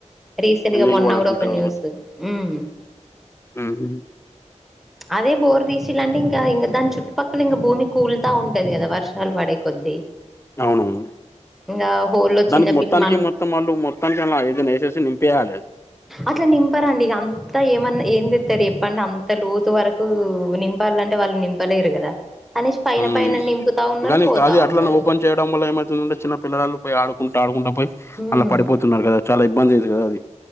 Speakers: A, in the centre; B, on the left.
A: రీసెంట్గా
B: నీళ్ళు
A: మొన్న
B: పడకుంటే
A: కూడా ఒక
B: వాళ్ళం
A: న్యూస్ ఉమ్
B: ఉమ్ హు
A: అదే బోర్ తీసిలంటే ఇంకా ఇంక దాని చట్టుపక్కల ఇంకా భూమి కూలుతా ఉంట ఉంటాది కదా వర్షాలు పడే కొద్ది
B: అవునవును
A: ఇక హోల్ లో
B: దానికి
A: చిన్న
B: మొత్తానికి
A: పిల్లలు మన
B: మొత్తం వాళ్ళు మొత్తం చల ఇదైనా వేసేసి నింపేయాలి
A: అట్లా నింపరాండి ఇక అంతా ఏమన్నా ఏం తిస్తారు చెప్పండి అంత లోతు వరకు కు నింపాలంటే వాళ్ళు నింపలేరు కదా కనీష్ప పైన
B: ఉమ్
A: పైన నింపుతా ఉన్నారు
B: కానీ
A: పోతా
B: అది అట్లనే
A: ఉన్నారు
B: ఓపెన్ చేయడం వల్ల ఏమైతుందంటే చిన్న పిల్లలు పోయి ఆడుకుంట ఆడుకుంటా పోయి
A: ఉమ్
B: అలా పడిపోతున్నారు కదా చాలా ఇబ్బంది అయింది కదా అది